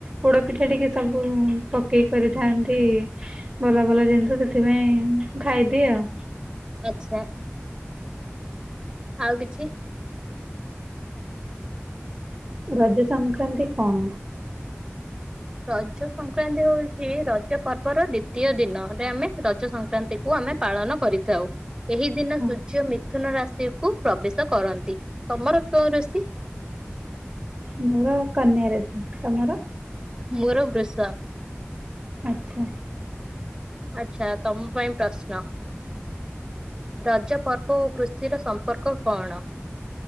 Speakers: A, on the right; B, on the right.
A: ପୋଡ ପିଠା ଟିକେ ସବୁ ଉଁ ପକେଇ କରିଥାନ୍ତି। ଭଲ ଭଲ ଜିନିଷ ସେଥିପାଇଁ ମୁଁ ଖାଇଦିଏ ଆଉ।
B: ଆଛା ଆଉ କିଛି
A: ରଜ ସଂକ୍ରାନ୍ତି କଣ?
B: ରଜ ସଂକ୍ରାନ୍ତି ହଉଚି ରଜ ପର୍ବର ଦ୍ଵିତୀୟ ଦିନରେ ଆମେ ରଜ ସଂକ୍ରାନ୍ତି କୁ ଆମେ ପାଳନ କରିଥାଉ। ଏହି ଦିନ
A: ହଁ
B: ସୂର୍ଯ୍ୟ ମିଥୁନ ରାଶିକୁ ପ୍ରବେଶ କରନ୍ତି ତମର କେଉଁ ରାଶି?
A: ମୋର କନ୍ୟା ରାଶି ତମର।
B: ମୋର ବୃଷ।
A: ଆଚ୍ଛା।
B: ଆଚ୍ଛା ତମ ପାଇଁ ପ୍ରଶ୍ନ ରଜ ପର୍ବ ଓ କୃଷିର ସମ୍ପର୍କ କଣ?